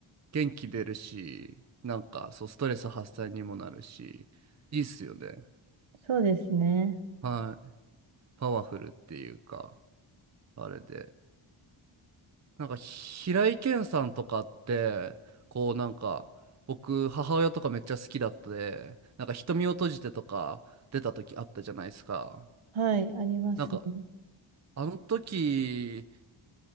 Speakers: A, on the right; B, on the right.
A: 元気出るし、なんかそう、ストレス発散にもなるし、いいっすよね。
B: そうですね。
A: はい。パワフルっていうか、あれで。なんか、平井堅さんとかって、こうなんか、僕、母親とかめっちゃ好きだったで、なんか、瞳を閉じてとか出た時あったじゃないですか。
B: はい、ありますね。
A: なんか、あの時、